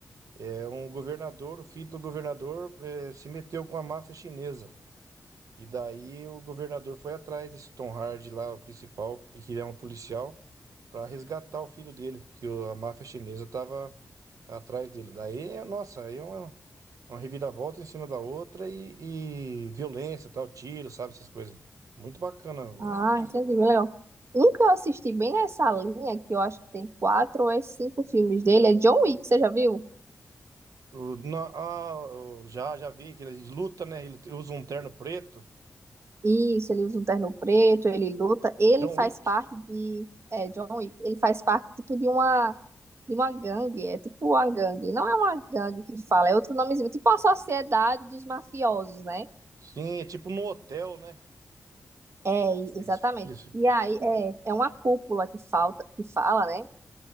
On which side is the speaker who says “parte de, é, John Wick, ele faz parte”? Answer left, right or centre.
Right